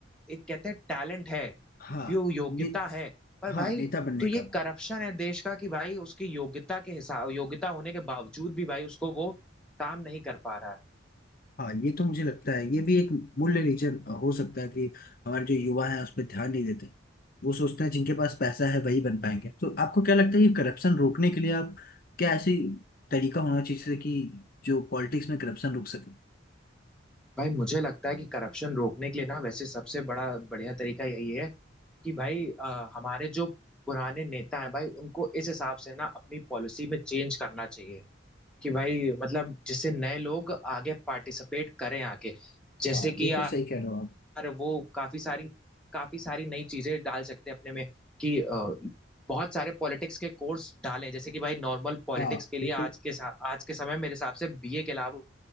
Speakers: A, in the centre; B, on the left.
A: एक कहते हैं टैलेंट है
B: हाँ
A: यो योग्यता
B: ने,
A: है पर
B: हाँ
A: भाई
B: नेता बनने
A: तो ये
B: का
A: करप्शन है देश का कि भाई उसकी योग्यता के हिसाब योग्यता होने के बावजूद भी भाई उसको वो काम नहीं कर पा रहा है
B: हाँ ये तो मुझे लगता है ये भी एक मूल्य रीजन हो सकता है कि हमारे जो युवा हैं उस पर ध्यान नहीं देते वो सोचते हैं जिनके पास पैसा है वही बन पाएंगे तो आपको क्या लगता है कि करप्शन रोकने के लिए आप क्या ऐसी तरीका होना चाहिए जिससे कि जो पॉलिटिक्स में करप्शन रुक सके
A: भाई मुझे लगता है कि करप्शन रोकने के लिए ना वैसे सबसे बड़ा बढ़िया तरीका यही है कि भाई अ, हमारे जो पुराने नेता हैं भाई उनको इस हिसाब से ना अपनी पॉलिसी में चेंज करना चाहिए कि भाई मतलब जिससे नए लोग आगे पार्टिसिपेट करें आगे जैसे
B: हाँ
A: कि
B: ये
A: आ,
B: तो सही कह रहे हो आप
A: यार वो काफी सारी काफी सारी नई चीजें डाल सकते हैं अपने में कि अ, बहुत सारे पॉलिटिक्स के कोर्स डालें जैसे कि भाई नॉर्मल पॉलिटिक्स
B: हाँ
A: के लिए
B: बिल्कुल
A: आज के सा- आज के समय मेरे हिसाब से बीए के अलावा